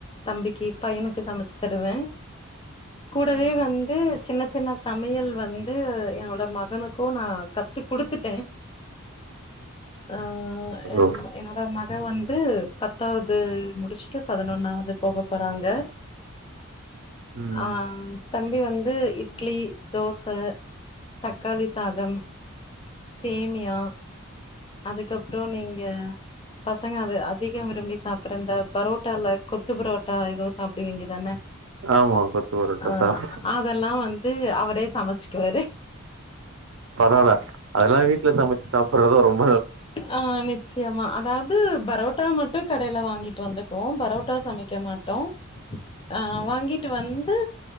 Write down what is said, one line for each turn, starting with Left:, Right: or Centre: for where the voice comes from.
Left: தம்பிக்கு பையனுக்கு சமைச்சு தருவே கூடவே
Right: ம்.
Left: வந்து சின்ன சின்ன சமையல் வந்து என்னோட மகனுக்கு நா கத்து குடுத்துட்டே ஆ அ
Right: ஓ
Left: என்னோட மக வந்து பத்தாவது முடிச்ட்டு பதினொன்னாவது போக போறாங்க
Right: ம்.
Left: ஆ தம்பி வந்து இட்லி தோச தக்காளி சாதம் சேமியா அதுக்கப்றோ நீங்க பசங்க அது அதிகம் விரும்பி சாப் அப்றோ இந்த பரோட்டா இல்ல கொத்து ப்ரோட்டா எதோ சாப்புடுவிங்கதான
Right: ஆமா கொத்து பரோட்டா
Left: அ
Right: சாப்
Left: அதெல்லா வந்து த்து அவரே சமைச்சுட்ருவாரு
Right: பரவால அதெல்லா வீட்ல சமச்சு சாப்டறதெல்லா ரொம்
Left: ஆ நிச் சியமா அதாது பரோட்டா மட்டு கடையில வாங்கிட்டு வந்துக்குவோ பரோட்டா சமைக்க மாட் டோ அ வாங்கிட்டு வந்து